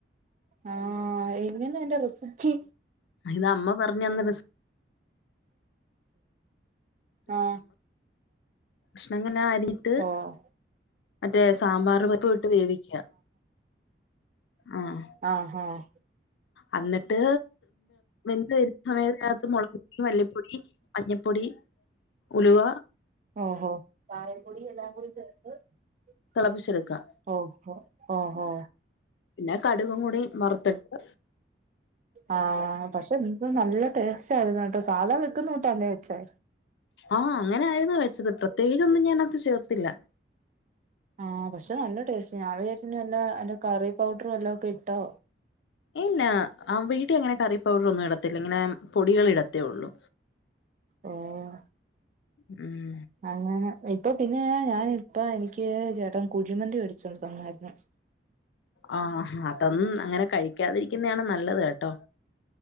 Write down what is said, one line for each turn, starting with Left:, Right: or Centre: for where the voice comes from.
Right: ആഹ് എങ്ങനെ അതിൻ്റെ റസിപ്പി
Left: ഇത് അമ്മ പറഞ്ഞന്ന
Right: ആഹ്
Left: കഷണങ്ങെല്ലാം അരിഞ്ഞിട്ട്
Right: ഓഹ്
Left: മറ്റേ സാമ്പാറ്പരിപ്പ്‌വിട്ട് വേവിക്ക ആഹ്
Right: ആഹ് അഹ്
Left: അന്ന്ട്ട് വെന്ത് വരുന്ന സമയ അത് നകത്തു മുളക്പൊടി മല്ലിപ്പൊടി മഞ്ഞപ്പൊടി ഉലുവ
Right: ഓ <unintelligible> പൊടി യെല്ല അഹ് കൂടും ചേർത്ത് <unintelligible>
Left: തിളപ്പിച്ചെടുക്കുക
Right: ഓ ഓഹ് ഓഹ്
Left: പിന്നെ കടുകും കൂടി വറ്ത്തിട്ട്
Right: ആഹ് പക്ഷെ എന്ത് നല്ല ടേസ്റ്റ് ആയിരുന്നു കേട്ടോ സാധാ വെക്കുന്നൂട്ടല്ലേ വെച്ചേ
Left: ആഹ് അങ്ങനെ ആയിരുന്നു വെച്ചത് പ്രത്യേകിച്ചൊന്നും ഞാനത്ത് ചേർത്തില്ല
Right: ആഹ് പക്ഷെ നല്ല ടേസ്റ്റ് ഞാൻ വിചാരിച്ച് എനി വല്ല കറി പൗഡറും വല്ലോം ഒക്കെ ഇട്ടോ
Left: ഇല്ല ആ വീട്ടിൽ അങ്ങനെ കറി പൗഡർ ഒന്നും ഇടത്തില്ല ഇങ്ങനെ പൊടികൾ ഇടത്തേ ഒള്ളൂ
Right: ഓഹ്
Left: ഉം
Right: അങ്ങനെ ഇപ്പ പിന്നെ ഞാനിപ്പ എനിക്ക് ചേട്ടൻ കുഴിമന്തി മേടിച്ചൊണ്ട് തന്നായിര്ന്ന് <inaudible>
Left: ആ അതൊന്നും അങ്ങനെ കഴിക്കാതിരിക്കുന്നേയാണ് നല്ലത് കേട്ടോ